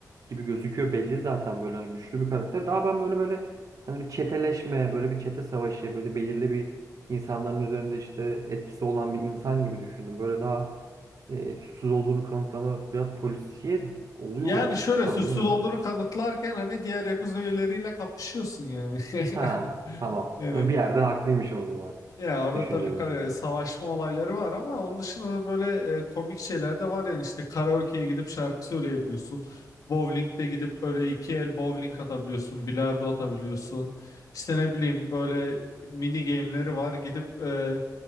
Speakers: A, on the right; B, on the left.
A: gibi gözüküyor. Belli zaten böyle hani güçlü bir karakter. Daha ben böyle böyle hani bir çeteleşme, böyle bir çete savaşı, böyle belirli bir insanların üzerinde işte etkisi olan bir insan gibi düşündüm. Böyle daha e, suçsuz olduğunu kanıtlama biraz polisiye oluyor
B: Yani
A: mu açıkçası
B: şöyle
A: tam
B: suçsuz
A: bilmiyorum
B: olduğunu
A: ama.
B: kanıtlarken hani diğer Yakuza üyeleriyle kapışıyorsun yani.
A: Ha,
B: <laughs>
A: tamam.
B: Yani
A: Bir yerde haklıymışım o zaman
B: Ya orada
A: düşüncelerimde.
B: tabii ka- e, savaşma olayları var ama onun dışında da böyle e, komik şeyler de var yani işte karaoke'ye gidip şarkı söyleyebiliyorsun. Bowling'de gidip böyle iki el bowling atabiliyorsun, bilardo atabiliyorsun. İşte ne bileyim böyle mini game'leri var gidip e,